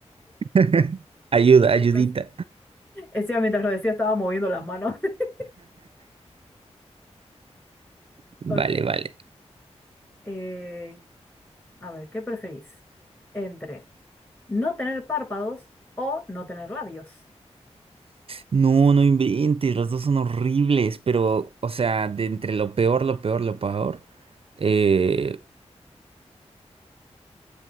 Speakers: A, on the right (about 55°); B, on the left (about 15°).
A: <laughs> Ayuda,
B: <laughs>
A: ayudita.
B: No sé. Encima, mientras lo decía, estaba moviendo las manos. <laughs>
A: Vale,
B: Ok,
A: vale.
B: eh, a ver, ¿qué preferís? Entre no tener párpados o no tener labios.
A: No, no inventes, los dos son horribles, pero, o sea, de entre lo peor, lo peor, lo peor, eh,